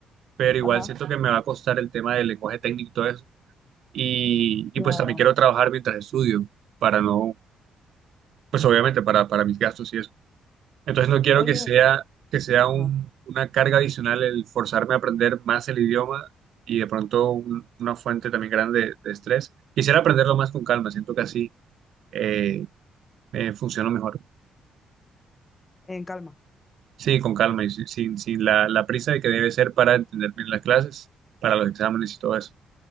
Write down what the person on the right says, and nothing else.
pero igual
siento que me va a costar el tema del lenguaje técnico y todo eso. Y, y
pues también quiero trabajar mientras estudio, para no, pues obviamente para, para mis gastos y eso. Entonces no quiero
que sea, que sea un-
una carga adicional el forzarme a aprender más el idioma y de pronto un- una fuente también grande de, de estrés. Quisiera aprenderlo más con calma, siento que así eh, eh, funciona mejor.
Sí, con calma y sin, sin sin la, la prisa de que debe ser para entender bien las clases, para los exámenes y todo eso.